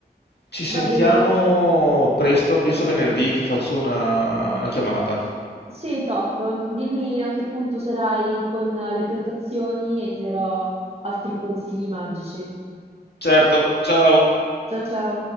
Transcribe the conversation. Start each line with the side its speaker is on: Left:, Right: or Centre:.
Left: Ci sentiamo
Right: Va bene.
Left: presto, penso venerdì ti faccio una, una chiamata.
Right: Sì, top. Dimmi a che punto sarai con le prenotazioni e ti darò altri consigli magici.
Left: Certo, ciao.
Right: Ciao ciao.